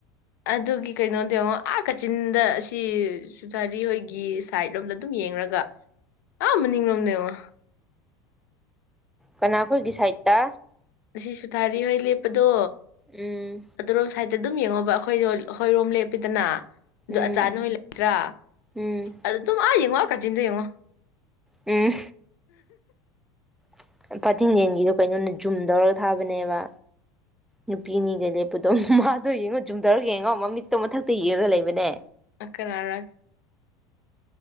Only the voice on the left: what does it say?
ꯑꯗꯨꯒꯤ ꯀꯩꯅꯣꯗꯣ ꯌꯦꯉꯣ ꯑꯥ ꯀꯥꯆꯤꯟꯗ ꯑꯁꯤ ꯁꯨꯊꯔꯤ ꯍꯣꯏꯒꯤ ꯁꯥꯏꯠ ꯔꯣꯝꯗ ꯑꯗꯨꯝ ꯌꯦꯡꯔꯒ ꯑꯥ ꯃꯅꯤꯡꯔꯣꯝꯗ ꯌꯦꯉꯣ
ꯑꯁꯤꯁꯨ ꯊꯥꯔꯤ ꯅꯣꯏ ꯂꯦꯞꯄꯗꯣ
ꯑꯗꯨꯔꯣꯝ ꯁꯥꯏꯗꯠꯇ ꯑꯗꯨꯝ ꯌꯦꯡꯉꯣꯕ ꯑꯈꯣꯏꯗꯣ ꯑꯈꯣꯏꯔꯣꯝ ꯂꯦꯞꯄꯤꯗꯅ ꯑꯗꯨ
ꯑꯆꯥꯅꯣꯏ ꯂꯩꯇ꯭ꯔꯥ
ꯑꯗꯨꯝ ꯑꯥ ꯌꯦꯡꯉꯣ ꯑꯥ ꯑꯖꯤꯟꯗ ꯌꯦꯉꯣ
<unintelligible>